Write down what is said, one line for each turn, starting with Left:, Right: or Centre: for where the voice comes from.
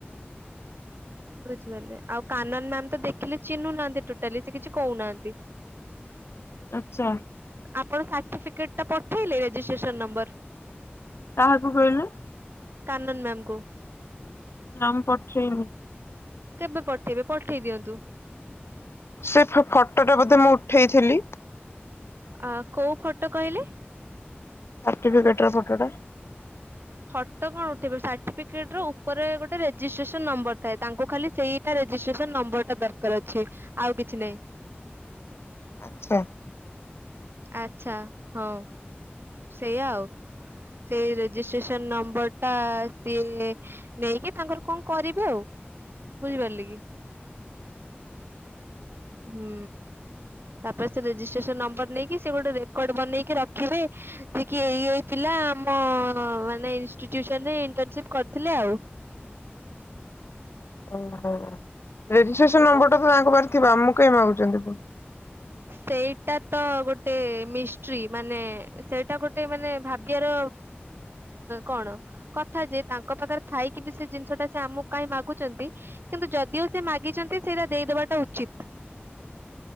Right: ବୁଝିପାରିଲେ ଆଉ କାନନ ମ୍ୟାମ ତ ଦେଖିଲେ ଚିହ୍ନୁନାହାନ୍ତି ଟୋଟାଲି ସେ କିଛି କହୁନାହାନ୍ତି।
Left: ଆଛା।
Right: ଆପଣ ସାର୍ଟିଫିକେଟ ଟା ପଠେଇଲେ ରେଜିଷ୍ଟ୍ରେସନ ନମ୍ବର?
Left: କାହାକୁ କହିଲ?
Right: କାନନ୍ ମ୍ୟାମକୁୁ।
Left: ନା ମୁଁ ପଠେଇନି।
Right: କେବେ ପଠେଇବେ ପଠେଇ ଦିଅନ୍ତୁ।
Left: ସେ ଫ ଫଟୋଟା ବୋଧେ ମୁଁ ଉଠେଇଥିଲି?
Right: ଆ କୋଉ ଫଟୋ କହିଲେ?
Left: ସର୍ଟିଫିକେଟ ର ଫଟୋଟା।
Right: ଫଟୋ କଣ ଉଠେଇବେ ସାର୍ଟିଫିକେଟ ର ଉପରେ ଗୋଟେ ରେଜିଷ୍ଟ୍ରେସନ ନମ୍ବର ଥାଏ ତାଙ୍କୁ ଖାଲି ସେଇ ତା ରେଜିଷ୍ଟ୍ରେସନ ନମ୍ବର ଟା ଦରକାର ଅଛି ଆଉ କିଛି ନହିଁ।
Left: ଆଛା।
Right: ଆଛା ହଁ ସେଇଆା ଆଉ ସେ ରେଜିଷ୍ଟ୍ରେସନ ନମ୍ବର ଟା ସିଏ ନେଇକି ତାଙ୍କର କଣ କରିବେ ଆଉ। ବୁଝିପାରିଲେ କି? ହୁଁ ତାପରେ ସେ ରେଜିଷ୍ଟ୍ରେସନ ନମ୍ବର ନେଇକି ସେ ଗୋଟେ ରେ କର୍ଡ ବନେଇକି ରଖିବେ ଯେ କି ଏଇ ଏଇ ପିଲା ଆମ ମାନେ ଇଷ୍ଟିଟ୍ୟୁସନ୍ ରେ ଇଣ୍ଟର୍ନସିପ୍ କରିଥିଲେ ଆଉ।
Left: ଓହୋ ରେଜିଷ୍ଟ୍ରେସନ
Right: ଓ
Left: ନମ୍ବର ଟା ତ ତାଙ୍କ ପାଖରେ ଥିବ ଆମକୁ କାହିଁ ମାଗୁଛନ୍ତିୁ ପୁଣି।
Right: ସେଇଟା ତ ଗୋଟେ ମିଷ୍ଟ୍ରି ମାନେ ସେଇଟା ଗୋଟେ ମାନେ ଭା ଗ୍ୟର କଣ? କଥା ଯେ ତାଙ୍କ ପାଖରେ ଥାଇକି ବି ସେ ଜିନିଷ ଟା ସେ ଆମକୁ କାହିଁ ମାଗୁଛନ୍ତି? କିନ୍ତୁ ଯଦି ଓ ସେ ମାଗିଛନ୍ତି ସେଇଟା ଦେଇଦବାଟା ଉଚିତ୍।